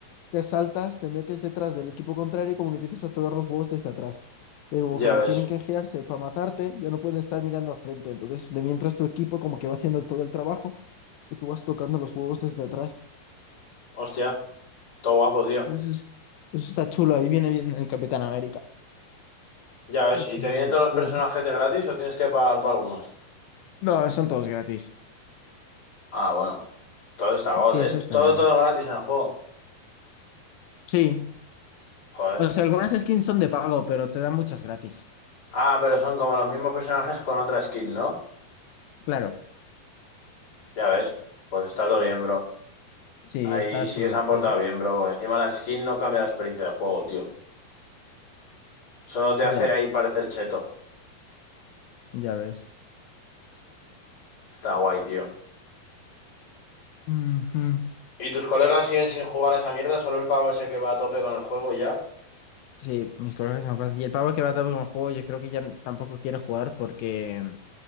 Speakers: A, on the left; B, on the left.
A: que saltas, te metes detrás del equipo contrario y como que empiezas a tocar los huevos desde atrás. Y luego,
B: ya
A: como
B: ves.
A: tienen que girarse para matarte, ya no pueden estar mirando al frente. Entonces, de mientras tu equipo como que va haciendo el- todo el trabajo y tú vas tocando los huevos desde atrás.
B: Hostia, todo guapo, tío.
A: Entonces, eso está chulo. Ahí viene bien el Capitán América.
B: Ya ves,
A: Uh,
B: ¿y
A: uh,
B: te vienen todos los personajes
A: uh.
B: de gratis o tienes que pagar para algunos?
A: No, son todos gratis.
B: Ah, bueno, todo está god.
A: Sí,
B: Es
A: eso está
B: todo,
A: bien.
B: todo gratis en el juego.
A: Sí.
B: Joder.
A: O sea, algunas skins son de pago, pero te dan muchas gratis.
B: Ah, pero son como los mismos personajes con otra skin, ¿no?
A: Claro.
B: Ya ves, pues está todo bien, bro.
A: Sí,
B: Ahí
A: está
B: sí
A: chulo
B: que se
A: el
B: han portado
A: juego.
B: bien, bro, porque encima las skins no cambia la experiencia del juego, tío. Solo te hace
A: Ya,
B: ahí parecer cheto.
A: ya ves.
B: Está guay, tío.
A: Ujú.
B: ¿Y tus colegas siguen sin jugar a esa mierda? ¿Solo el pavo ese que va a tope con el juego y ya?
A: Sí, mis colegas se pasan. Y el pavo que va todo con el juego, yo creo que ya n- tampoco quiere jugar porque,